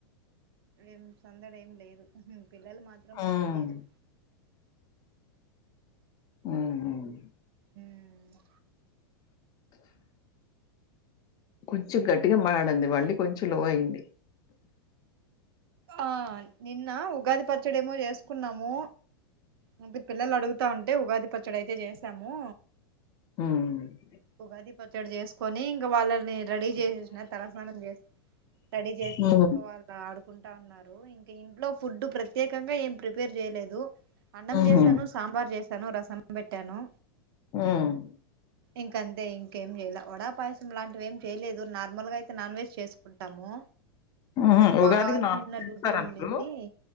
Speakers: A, on the right; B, on the left.
A: ఏం సందడేం లేదు పిల్లలు మాత్రం
B: హ్మ్.
A: రెడీ జేస్త
B: మ్మ్ మ్మ్
A: ఉమ్మ్
B: కొంచెం గట్టిగా మాటాడండి మళ్ళీ కొంచెం లో అయింది
A: ఆ నిన్న ఉగాది పచ్చడేమో జేస్కున్నాము ఇంక పిల్లలు అడుగుతా ఉంటే ఉగాది పచ్చడయితే జేసాము
B: మ్మ్
A: ఉగాది పచ్చడి జేస్కొని ఇంక వాళ్ళని రడీ జేసేసిన తలస్నానం జేసి రెడీ జేసి
B: హ్మ్.
A: ఇంక వాళ్ళు ఆడు కుంటా ఉన్నారు ఇంక ఇంట్లో ఫుడ్డు ప్రత్యేకంగా ఏం ప్రిపేర్ జేలేదు. అన్నం
B: హుహు.
A: జేసాను సాంబార్ జేసాను రసం పెట్టాను.
B: ఊమ్మ్.
A: ఇంకంతే ఇంకేం జేలే వడా పాయసంలాంటివి ఏం చేయలేదు నార్మల్ గా అయితే నాన్ వెజ్ చేస్కుంటాము.
B: హుహు.
A: ఇంక్ మా
B: ఉగాదికి
A: వారు
B: నాన్
A: నిన్న
B: వెజ్ చేస్తారా
A: డుటీ ఉండింది.
B: మీరు?